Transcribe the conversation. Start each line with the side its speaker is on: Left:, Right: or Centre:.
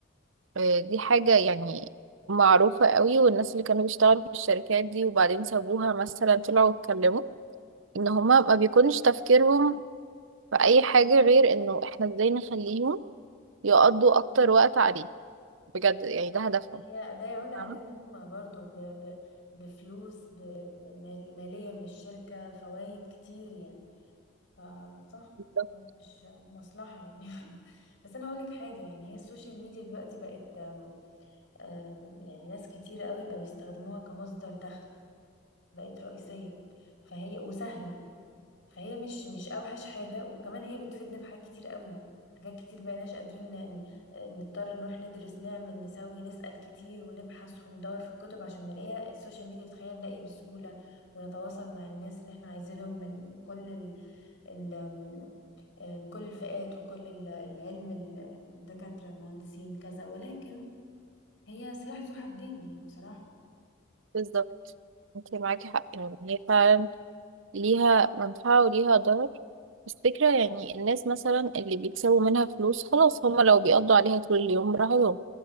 Right: آه، دي حاجة يعني معروفة قوي والناس اللي كانوا بيشتغلوا في الشركات دي وبعدين سابوها مثلا طلعوا اتكلموا ان هما ما بيكونش تفكيرهم في اي حاجة غير انه احنا ازاي نخليهم يقضوا اكتر وقت عليه بجد يعني
Left: بالظبط
Right: ده هدفهم
Left: ما هي ده يعود عليهم
Right: فاهمة
Left: هم برضو ب... ب... بفلوس ب... ب- مال- ماليا للشركة فوائد كتير يعني فصح
Right: بالظبط
Left: هو مش مصلحة يعني <laughs> بس أنا هقولك حاجة يعني هي السوشيال ميديا دلوقتي بقت آم، آم، يعني ناس كتير قوي بقوا يستخدموها كمصدر دخل بقت رئيسية فهي وسهلة فهي مش مش أوحش حاجة وكمان هي بتفيدنا في حاجات كتير قوي حاجات كتير بقيناش قادرين ن- ن- نضطر نروح ندرس نعمل نسوي نسأل كتير ونبحث وندور في الكتب عشان نلاقيها السوشيال ميديا بتخلينا نلاقي بسهولة ونتواصل مع الناس اللي احنا عايزينهم من كل ال... ال... آم، آه، من كل الفئات وكل ال- العلم ال- الدكاترة المهندسين كذا ولكن هي سلاح ذو حدين يعني بصراحة
Right: بالظبط. انت معاكي حق يعني هي فعلا ليها منفعة وليها ضرر بس فكرة يعني الناس مثلا اللي بيكسبوا منها فلوس خلاص هما لو بيقضوا عليها طول اليوم براحتهم